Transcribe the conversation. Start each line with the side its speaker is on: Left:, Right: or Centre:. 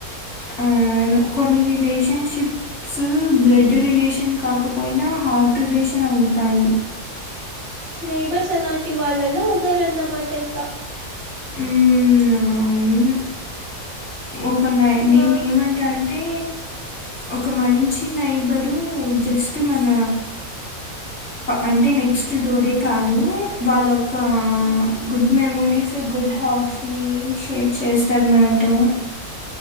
Left: ఆ వును కొన్ని రిలేషన్షిప్స్ బ్లడ్ రిలేషన్ కాకపోయినా హార్ట్ రిలేషన్ ణవుతాయి
Right: నైబర్స్ అలాంటి వాళ్ళలో ఒకగారున్నమాట ఇంకా
Left: ఉమ్ అవును ఒక న
Right: ఇంకా
Left: నేను ఏమంటా టే ఒక మంచి నైబరు జస్ట్ మన అంటే నెక్స్ట్ డోరే కాదు వాళ్ళయొక్క గుడ్ మెమొరీస్ గుడ్ హార్ట్స్ ని షేర్ చేస్తారు మనతో